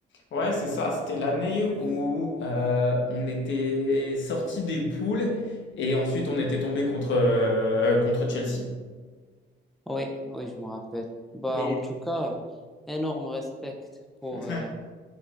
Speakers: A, on the left; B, in the centre.
A: Ouais, c'est ça, c'était l'année où euh, on était sorti des poules et ensuite on était tombé contre, euh, contre Chelsea.
B: Oui, oui, je me rappelle. Bah,
A: Mais,
B: en tout cas, énorme respect pour,
A: <laughs>
B: euh,